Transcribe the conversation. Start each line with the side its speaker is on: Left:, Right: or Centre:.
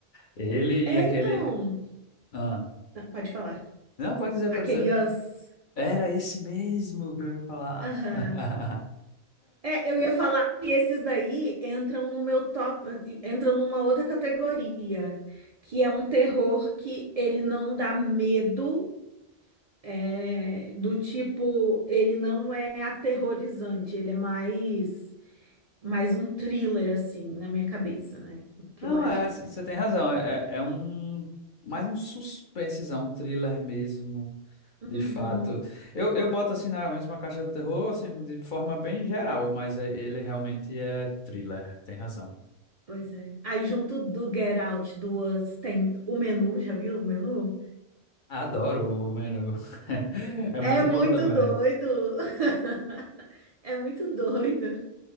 Left: Ele
Right: É,
Left: e aquele.
Right: então,
Left: Ah,
Right: não, pode falar.
Left: não, pode dizer,
Right: Aqueles.
Left: pode dizer. Era esse mesmo que eu ia falar.
Right: Aham.
Left: <laughs>
Right: É, eu ia falar que esses daí entram no meu top, eh, entram numa outra categoria, que é um terror que ele não dá medo, é, do tipo, ele não é aterrorizante, ele é mais mais um thriller, assim, na minha cabeça, né? O que
Left: Não,
Right: eu acho.
Left: é, você tem razão. É, é é um. Mais um suspensezão, um thriller mesmo. De
Right: Uhum,
Left: fato. Eu, eu boto assim na mesma caixa do terror, assim, de forma bem geral, mas é- ele realmente é thriller, tem razão.
Right: pois é. Aí, junto do Get Out, do Us, tem o menu, já viu o menu?
Left: Adoro o menu. <laughs> É muito
Right: É muito
Left: bom também.
Right: doido! <laughs> É muito doido.